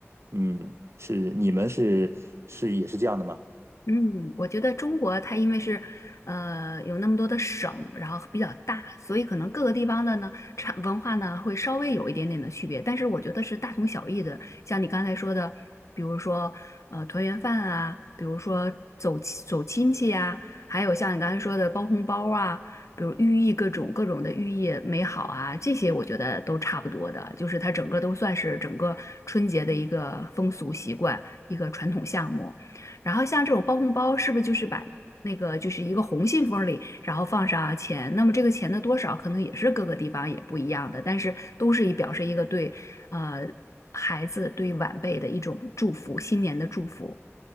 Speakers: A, on the right; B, on the left.
A: 嗯，是你们是是也是这样的吗？
B: 嗯，我觉得中国它因为是，呃，有那么多的省，然后比较大，所以可能各个地方的呢，产文化呢会稍微有一点点的区别，但是我觉得是大同小异的。像你刚才说的，比如说呃团圆饭啊，比如说走亲走亲戚啊，还有像你刚才说的包红包啊，比如寓意各种各种的寓意美好啊，这些我觉得都差不多的，就是它整个都算是整个春节的一个风俗习惯，一个传统项目。然后像这种包红包，是不是就是把那个就是一个红信封里，然后放上啊钱？那么这个钱的多少，可能也是各个地方也不一样的，但是都是以表示一个对呃孩子、对晚辈的一种祝福，新年的祝福。